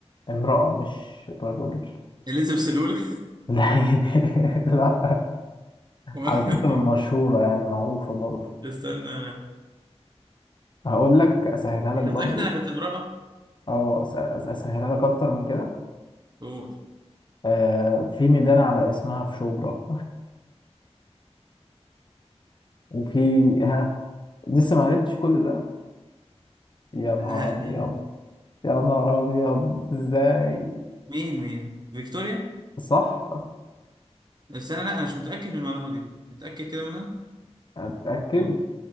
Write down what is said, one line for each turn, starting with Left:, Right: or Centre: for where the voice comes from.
Left: امرأة مش رجل
Right: اليزابيث الاولى
Left: <laughs> لا لا
Right: <laughs>
Left: على فكرة مشهورة يعني معروفة برضو
Right: استنى
Left: هقول لك أسهلها لك
Right: انت
Left: برضو
Right: متأكد انها كانت امرأة؟
Left: أو أس- أس- أسهلها لك أكتر من كده
Right: قول
Left: آه في ميدان على اسمها في شبرا وفي ها لسه ما عرفتش كل ده يا نهار
Right: لا
Left: أبيض
Right: أنا-
Left: يا نهار أبيض إزاي
Right: مين مين فيكتوريا؟
Left: صح
Right: بس انا لا انا مش متأكد من المعلومة دي متأكد كده منها؟
Left: أتأكد
Right: اه